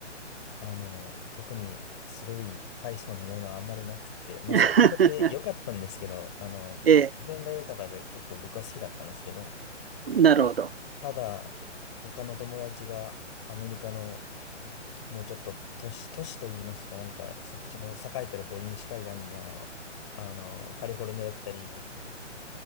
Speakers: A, on the left; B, on the right.
A: あの、特にすごい大層なものはあんまりなくって、まあそれもそれで良かったんですけど、
B: <laughs>
A: あの、
B: ええ、
A: 自然が豊かで結構僕は好きだったんですけど、
B: なるほど。
A: まあただ、他の友達がアメリカのもうちょっと都市、都市といいますか、なんかそっちの栄えてる方、西海岸の、あの、カリフォルニアだったり、